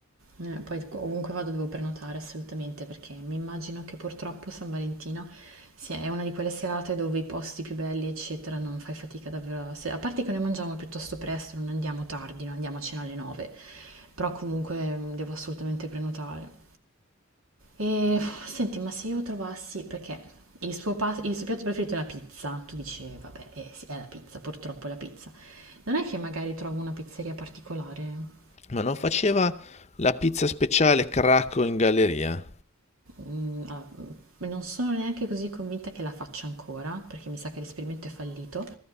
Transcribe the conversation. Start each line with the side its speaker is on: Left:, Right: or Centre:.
Right: Eh, poi ovunque vado devo prenotare assolutamente perché mi immagino che purtroppo San Valentino sia, è una di quelle serate dove i posti più belli, eccetera, non fai fatica davvero. a se- a parte che noi mangiamo piuttosto presto, non andiamo tardi, non andiamo a cena alle 9, però comunque mm, devo assolutamente prenotare. E senti, ma se io trovassi, perché il suo, pas- il suo piatto preferito è la pizza, tu dici, vabbè, eh, sì, è la pizza, purtroppo è la pizza. Non è che magari trovo una pizzeria particolare?
Left: Ma non faceva la pizza speciale Cracco in galleria,
Right: Mm, ah, mm, non sono neanche così convinta che la faccia ancora, perché mi sa che l'esperimento è fallito.